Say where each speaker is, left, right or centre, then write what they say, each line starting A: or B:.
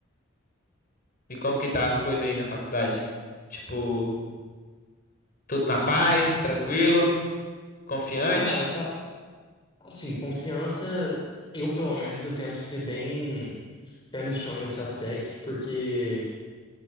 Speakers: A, on the left (about 40°); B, on the left (about 25°).
A: E como que tá as coisas aí na faculdade? Tipo, tudo na paz, tranquilo, confiante?
B: Cara, tá. Assim, confiança, eu pelo menos eu tento ser bem pé no chão nesse aspecto, porque.